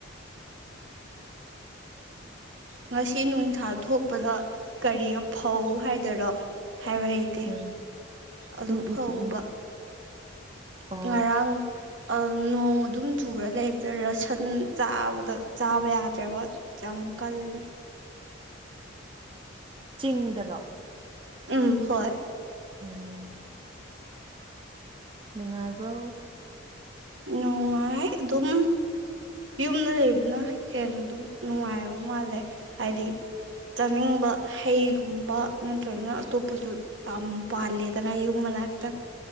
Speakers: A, on the right (about 75°); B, on the right (about 25°).
A: ꯉꯁꯤ ꯅꯨꯡꯁꯥ ꯊꯣꯛꯄꯗ ꯀꯔꯤ ꯐꯧ ꯍꯥꯏꯗꯔ ꯍꯥꯏꯕ ꯍꯩꯇꯦ
B: ꯎꯝ
A: ꯑꯗꯨ
B: ꯎꯝ
A: ꯐꯥꯎꯕ
B: ꯎꯝ ꯎꯝ ꯑꯣ
A: ꯉꯔꯥꯡ ꯅꯣꯡ ꯑꯗꯨꯝ ꯆꯨꯔ ꯂꯩꯕꯗ ꯔꯁꯟ ꯆꯥꯕꯗ ꯆꯥꯕ ꯌꯥꯗ ꯋꯥꯠ ꯆꯝꯀꯜꯂꯦ
B: ꯆꯤꯡꯗꯔ
A: ꯎꯝ ꯍꯣꯏ
B: ꯎꯝ ꯅꯨꯡꯉꯥꯏꯕꯧ
A: ꯅꯨꯡꯉꯥꯏ ꯑꯗꯨꯝ ꯌꯨꯝꯗ ꯂꯩꯕꯅ ꯍꯦꯟꯅ ꯑꯗꯨꯝ ꯅꯨꯡꯉꯥꯏꯕ ꯃꯥꯜꯂꯦ ꯍꯥꯏꯗꯤ ꯆꯥꯅꯤꯡꯕ ꯍꯩꯒꯨꯝꯕ ꯅꯠꯇ꯭ꯔꯒꯅ ꯑꯇꯣꯞꯄꯁꯨ ꯌꯥꯝ ꯄꯥꯜꯂꯦꯗꯅ ꯌꯨꯝ ꯐ꯭ꯂꯠꯇ